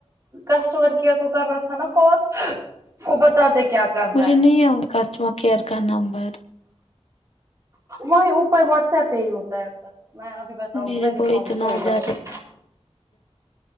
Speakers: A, on the right; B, on the left.
A: کسٹمر کیئر کو کر رہا تھا نا کال وہ بتاتے کیا کرنا
B: مجھے نہیں ہے ان کسٹمر کیئر کا نمبر
A: وہی اوپر واٹس ایپ پہ ہی ہوتا ہے ادھر میں بھی پتاو
B: میرے
A: میں
B: کو
A: دکھاؤںی
B: اتنا
A: کوئی بات
B: زیادہ
A: نہیں